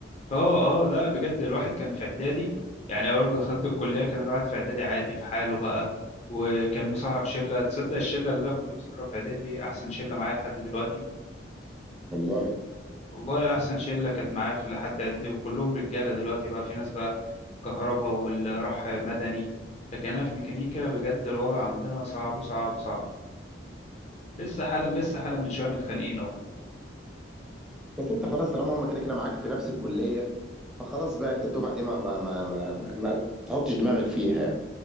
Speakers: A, on the left; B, in the centre.
A: اه اه لا بجد الواحد كان في اعدادي يعني اول ما دخلت الكليه كان الواحد في اعدادي عادي في حاله بقى وكان مصاحب شله تصدق الشله اللي انا كنت مصاحبها في اعدادي احسن شله معايا لحد دلوقتي
B: والله
A: والله احسن شله كانت معايا في لحد اعدادي وكلهم رجاله دلوقتي بقى في ناس بقى في كهرباء واللي راح مدني لكن انا في ميكانيكا بجد الوضع عندنا صعب صعب صعب لسه حالا لسه حالا من شويه متخانقين اهو
B: بس انت خلاص طالما هم كده كده معاك في نفس الكليه فخلاص بقى انت الدفعه دي ما ما ما ما, ما, ما تحطش دماغك فيها يعني